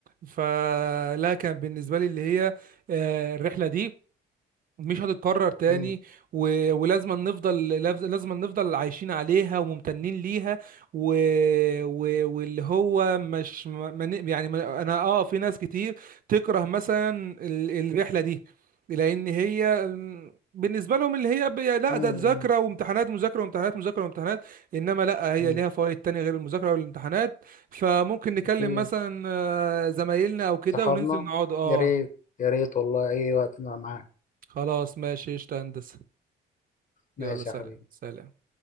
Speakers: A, on the right; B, on the left.
A: فلا كان بالنسبه لي اللي هي آه، الرحله دي مش هتتكرر تاني
B: مم.
A: و... ولازم نفضل لاز- لازم نفضل عايشين عليها وممتنين ليها و... و... واللي هو مش ما... ما ن- يعني ما... انا اه في ناس كتير تكره مثلا ال... الرحلة دي لان هي م، بالنسبة لهم اللي هي ب... لا
B: مم.
A: ده ذاكرة وامتحانات مذاكرة وامتحانات مذاكرة وامتحانات انما لا هي
B: مم.
A: ليها فوائد تانية غير المذاكرة والامتحانات فممكن نكلم
B: اكيد
A: مثلا آه، زمايلنا او كده
B: صحابنا
A: وننزل نقعد اه
B: يا ريت يا ريت والله اي وقت انا معاك
A: خلاص ماشي قشطة يا هندسة
B: ماشي
A: يلا سلام
B: يا حبيبي
A: سلام